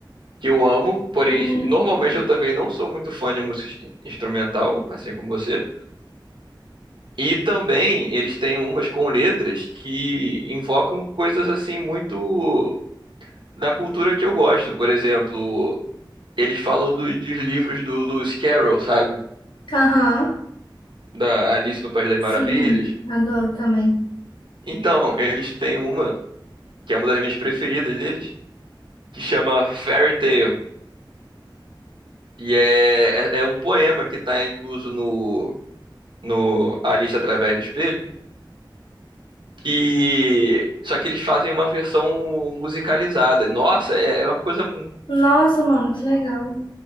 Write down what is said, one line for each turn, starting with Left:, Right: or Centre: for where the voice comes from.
Right: que eu amo, porém
Left: Uhum.
Right: normalmente eu também não sou muito fã de música ins- instrumental, assim como você. E também eles têm umas com letras que invocam coisas assim muito da cultura que eu gosto. Por exemplo, eles falam do- dos livros do Lewis Carroll, sabe?
Left: Aham.
Right: Da Alice no País das
Left: Sim,
Right: Maravilhas.
Left: adoro também.
Right: Então, eles têm uma que é uma das minhas preferidas deles, que chama Fairy Tale. E é, é, é um poema que está incluso no, no Alice Através do Espelho. E só que eles fazem uma versão musicalizada. Nossa, é é uma coisa
Left: Nossa, mano, que legal.